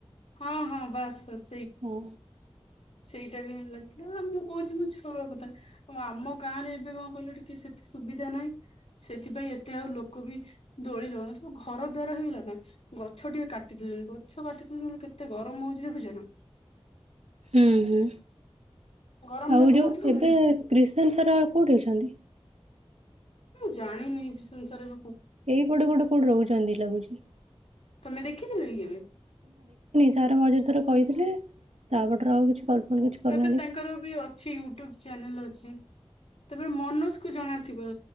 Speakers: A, on the left; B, on the right.
A: ହଁ ହଁ ବାସ୍ ବାସ
B: ହଁ।
A: ସେଇଟା ବି ଲାଗିଥିଲା ଆଉ ମୁଁ କହୁଛି ମୋ ଛୁଆର କଥା ଆମ ଗାଁରେ ଏବେ କଣ କହିଲ ଟିକେ ସେତେ ସୁବିଧା ନାହିଁ ସେଥିପାଇଁ ଏତେ ଆଉ ଲୋକ ବି ଦୋଳି ଲଗଉନା ଘରେ ହେଇଗଲା ନା ଗଛ ଟିକେ କାଟିଦଉଛନ୍ତି ଗଛ କାଟିଦଉଛନ୍ତି କେତେ ଗରମ ହଉଛି ଦେଖୁଛ ନା।
B: ହୁଁ ହୁଁ।
A: ଗରମ
B: ଆଉ
A: ଟା ବହୁତ
B: ଯୋଉ
A: ହଉନି
B: ଏବେ
A: ନା।
B: କ୍ରିଷନ ସାର କୋଉଠିଅଛନ୍ତି?
A: ମୁଁ ଜାଣିନି କିସନ ସାର
B: ଏଇପଟେ ଗୋଟେ କୋଉଠି ରହୁଛନ୍ତି ଲାଗୁଛି।
A: ତମେ ଦେଖିଥିଲ କି କେବେ?
B: ତାର ମଝିରେ ଥରେ କହିଥିଲେ ତାପପରେ ଆଉ କିଛି ଫଲ୍ କିଛି କରିନାହାନ୍ତି
A: ତାପରେ ତାଙ୍କର ବି ଅଛି ୟୁଟ୍ୟୁବ ଚ୍ୟାନେଲ ଅଛି। ତାପରେ ମନୋଜ କୁ ଜଣାଥିବ